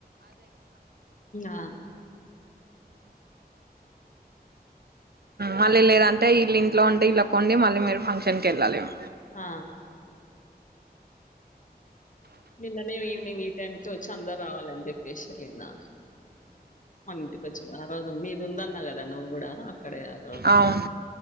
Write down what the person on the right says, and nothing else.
మళ్ళ ఇల్ లేద అంటే ఇలింత ంటే ఇలా కొండి మళ్ళీ మీరు ఫంక్షన్కి వెళ్ళాలిము
అవును